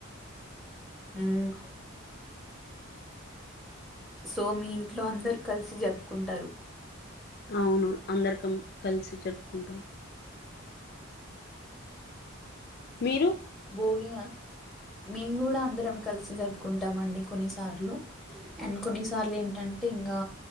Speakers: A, in the centre; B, on the left.
A: మ్ సో మీ ఇంట్లో అందరు కలిసి జరుపుకుంటారు
B: అవును అందరికం కలిసి జరుపుకుంటాం మీరు
A: భోగి మేము కూడా అందరం కలిసి జరుపుకుంటామ అండి కొన్నిసార్లు, అండ్ కొన్నిసార్లు ఏంటంటే ఇంకా